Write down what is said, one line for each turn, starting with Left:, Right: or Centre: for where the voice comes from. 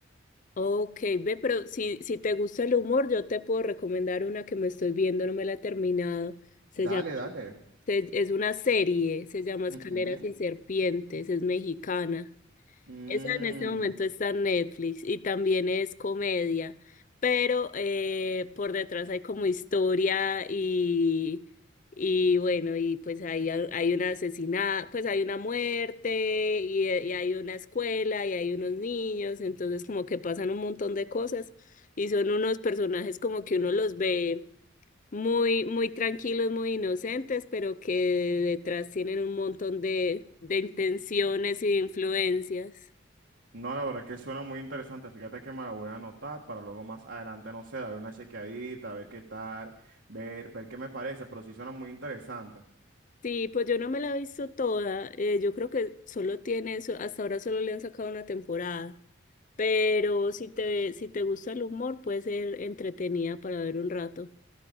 Left: Ok, ve, pero si, si te gusta el humor, yo te puedo recomendar una que me estoy viendo, no me la he terminado. Se
Right: Dale,
Left: llama,
Right: dale.
Left: se- es una serie, se llama
Right: Ujú.
Left: Escaleras y Serpientes, es mexicana.
Right: Mm.
Left: Esa en este momento está en Netflix y también es comedia, pero eh, por detrás hay como historia y, y bueno, y pues hay, hay una asesinada, pues hay una muerte y, y hay una escuela y hay unos niños, entonces como que pasan un montón de cosas y son unos personajes como que uno los ve muy, muy tranquilos, muy inocentes, pero que detrás tienen un montón de, de intenciones y de influencias.
Right: No, la verdad que suena muy interesante. Fíjate que me la voy a anotar para luego más adelante, no sé, darle una chequeadita, ver qué tal, ver, ver qué me parece, pero sí suena muy interesante.
Left: Sí, pues yo no me la he visto toda. eh, yo creo que solo tiene eso. Hasta ahora solo le han sacado una temporada. Pero si te, si te gusta el humor, puede ser entretenida para ver un rato.